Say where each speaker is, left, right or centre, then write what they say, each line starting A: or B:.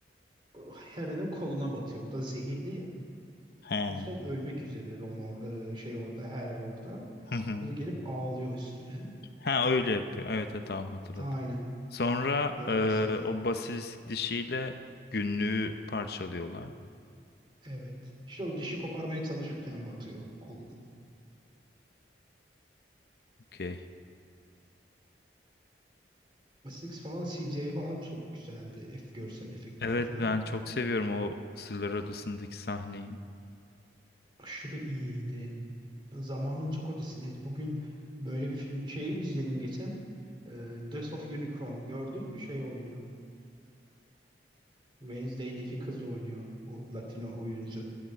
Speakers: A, on the right (about 30°); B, on the left (about 60°).
A: Hera'nın koluna batıyor. O da zehirli ya.
B: He.
A: O yüzden ölmek üzere Ron or- e, şey orada, Hera orada.
B: Hı hı.
A: O da gelip ağlıyor üstüne.
B: Ha öyle yapıyor. Evet, evet tamam hatırladım.
A: Aynen.
B: Sonra
A: Ölmesini.
B: ee, o basilisk dişiyle günlüğü parçalıyorlar.
A: Evet. İşte o dişi koparmaya çalışırken batıyor kolun.
B: Okey.
A: Wessex falan, CJ falan çok güzeldi. F görsel efektleri
B: Evet
A: falan.
B: ben çok seviyorum o Kızıllar Adası'ndaki sahneyi.
A: Aşırı iyiydi. Ya zamanın çok ötesindeydi. Bugün böyle bir film şeyi izledim geçen. E, Death of Unicron gördüm. mü? Şey oynuyor. Wednesday'deki kız oynuyor. O Latino oyuncu.